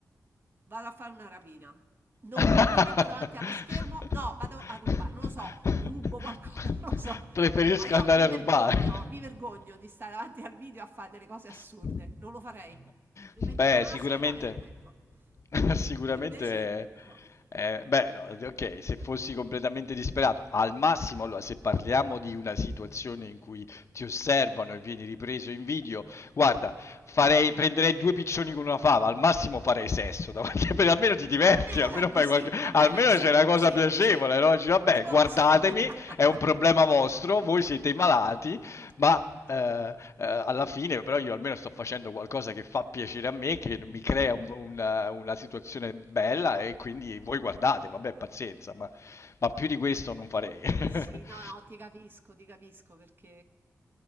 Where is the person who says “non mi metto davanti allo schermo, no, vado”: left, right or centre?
Right